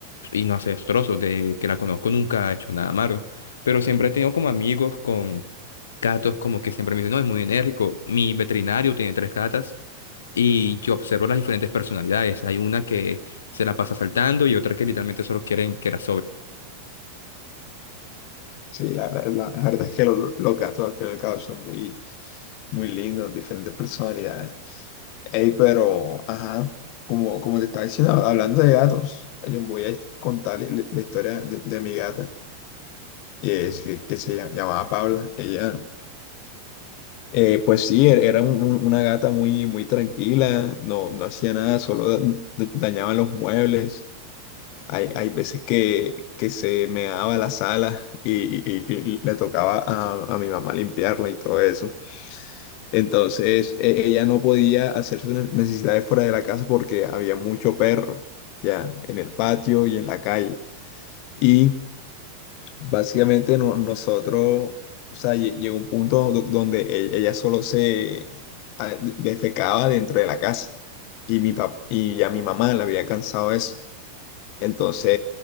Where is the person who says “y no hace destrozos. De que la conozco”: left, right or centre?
Left